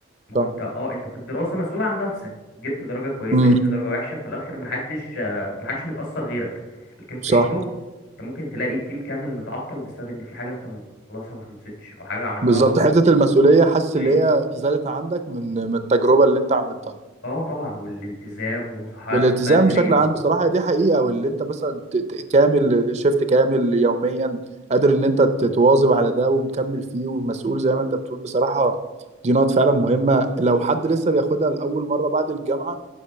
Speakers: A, on the left; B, on the right.
A: ما
B: صح
A: هو انت اه انت في الدراسة مسؤول عن نفسك جبت درجة كويسة
B: امم
A: جبت درجة وحشة في الآخر محدش آه، محدش متأثر غيرك لكن في
B: صح
A: الشغل انت ممكن تلاقي تيم كامل متعطل بسبب ان في حاجة انت المفروض تخلصها ما خلصتش او حاجة عملتها
B: بالظبط
A: غلط
B: حتة المسؤولية حاسس
A: ليه؟
B: اللي هي زادت عندك من من التجربة اللي انت عملتها
A: اه طبعا والالتزام وصحيانك
B: والالتزام
A: بدري
B: بشكل
A: و...
B: عام بصراحة دي حقيقة واللي انت مثلا ت- ت- كامل شيفت كامل يوميا قادر ان انت تتواظب على ده ومكمل فيه ومسؤول زي ما انت بتقول بصراحة دي نقط فعلا مهمة لو حد لسه بياخدها لأول مرة بعد الجامعة